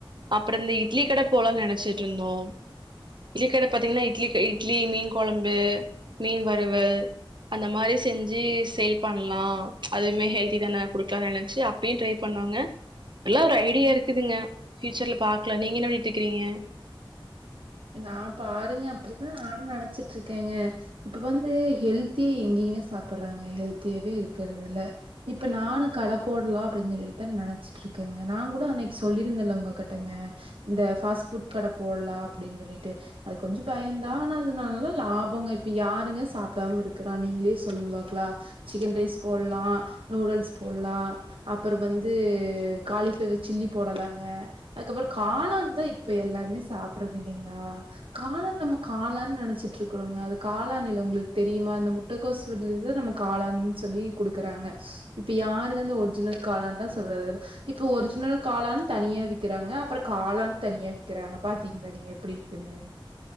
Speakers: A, on the right; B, on the right.
A: அப்புரோ இந்த இட்லி கட போலாம்னு நெனச்சிட்டு இருந்தோ இட்லி கட பாத்தீங்கன்னா இட்லி இட்லி மீன் கொளம்பு மீன் வறுவல் அந்த மாதிரி செஞ்சி சேல் பண்லா ம்ச் அதுவுமே ஹெல்தி தானே குடுக்கலானு நெனைச்சி அப்பியு டிரை பண்ண னோங்க எல்லா ஒரு ஐடியா இருக்குதுங்க பியூச்சர்ல பாக்கல நீங்க என்ன பண்ணிட்டு இருக்கிறீங்க
B: <inaudible> நா பாருங்க அப்படிதா நானு நெனச்சிட்டு இருக்கங்க இப்ப வந்து ஹெல்த்தியா எங்க எங்கங்க சாப்பறாங்க ஹெல்தியாவே இருக்கறது இல்ல இப்ப நானு கடே போடலா அப்பிடின்னு சொல்லித நெனச்ச சுட்டுருக்கங்க நா கூட அன்னைக்கு சொல்லிருந்தல உங்க கிட்டங்க இந்த ஃபாஸ்ட் ஃபுட் கட போலாம் அப்டின்னு சொல்லிட்டு அது கொஞ்சு பயோந்தா ஆனா அதனால லாபங்க இப்ப யாருங்க சாப்டாம இருக்கறா நீ நீங்களே சொல்லுங்க பாக்கலா சிக்கன் ரைஸ் போட்ல்லா நூடுல்ஸ் போட்ல்லா அப்பறோ வந்து காலிப்பளவர் சில்லி போடலாங்க அதுக்கப்பறோ காளான்தா இப்ப எல்லாருமே சாப்ப சாப்பறது இல்லிங்களா காளான் நம்ம காளான்னு நெனச்சிட்டு இருக்கறோங்க அது காளானில்ல உங்களுக்கு தெரியுமா அந்த முட்டகோசு <unintelligible> நம்ம காளான் சொல்லி குடுக்கறாங்க இப்ப யாருங்க அந்த ஒரிஜினல் காளான்லா சொல்றது இப்ப ஒரிஜினல் காலான் தனியா விக்கிறாங்க அப்பறோ காலான்னு தனியா விக்கிறாங்க பாத்து பாத்தீங்களா நீங்க எப்பிடி இருக்குன்னு